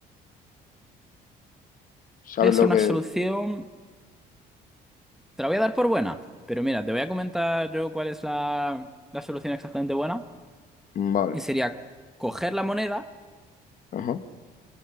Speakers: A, on the left; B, in the centre.
A: ¿Sabes
B: Podría ser
A: lo
B: una
A: que...?
B: solución. Te la voy a dar por buena. Pero mira, te voy a comentar yo cuál es la, la solución exactamente buena.
A: Vale.
B: Y sería coger la moneda
A: Ajá.